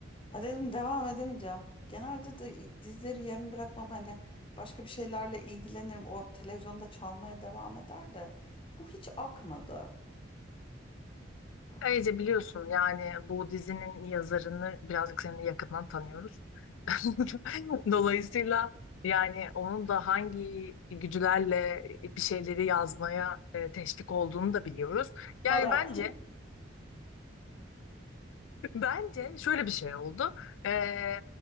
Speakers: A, on the left (about 25°); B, on the left (about 80°).
A: Ay dedim devam edemeyeceğim. Genelde de dizileri yarım bırakmam hani başka bir şeylerle ilgilenirim. O televizyonda çalmaya devam eder de bu hiç akmadı. Yani
B: Ayrıca biliyorsun yani bu dizinin yazarını birazcık seninle yakından tanıyoruz. <laughs> Dolayısıyla yani onun da hangi gücülerle bir şeyleri yazmaya e, teşvik olduğunu da biliyoruz.
A: para.
B: Yani bence Bence şöyle bir şey oldu. Ee,